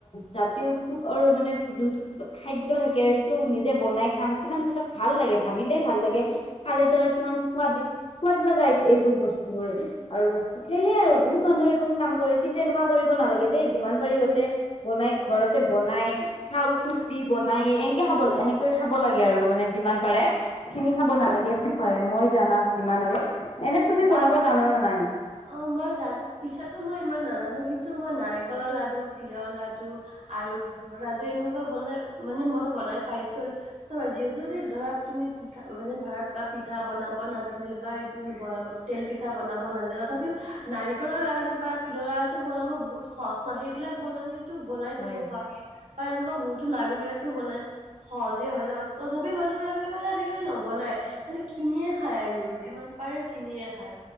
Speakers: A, on the left; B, on the right.
A: জাতীয় উৎসৱৰ মানে যোনটো খাদ্য থাকে সেইটো নিজে বনাই খাম। কিমান এটা ভাল লাগে ভাবিলে ভাল লাগে খালে টো আৰু কিমান সোৱাদ। সোৱাট লগাএইবোৰ বস্তুবোৰ। আৰু সেয়হে আৰু বহুত মানুহে এইবোৰ কাম কৰে কিন্তু এনেকুৱা কৰিব নালাগে দেই যিমান পাৰি সিহঁতে। বনাই ঘৰতে বনাই। চাউল খুন্দি বনাই এনেকে খাব এনেকে খাব লাগে আৰু মানে যিমান পাৰে। কিনি খাব নালাগে
B: হয়
A: মই জানাত যিমান আৰু এনে তুমি
B: বা
A: বনাব জানান নে নাই।
B: অ মই জানো পিছতো মই ইমান নাজানো কিন্তু মই নাই। নাৰিকলৰ লাডু তিলৰ লাডু আৰু লাডু এনেকুৱা বনাই মানে মই বনাই পাইছো আৰু চাবা যিহেতু ধৰা তুমি পিঠা মানে ধৰা বা পিঠা বনাব নাজানিলে বা এইটোবনাব, তেল পিঠা বনাবন দিল তথাপিও নাৰিকলৰ লাৰু বা তিলৰ লাৰুটো বনাব বহুত সহজ নহয় সেইবিলাক বনালে, বনাই
A: হয়
B: থব পাৰি বা এনেকুৱা বহুতো লাৰু বিলাকো বনাই। সহজে হয় ন তথাপি মানুহ বিলাকে মানে আজিকালি নবনাই। মানে কিনিয়ে খায় আৰু যিমান পাৰে কিনিয়ে খায়।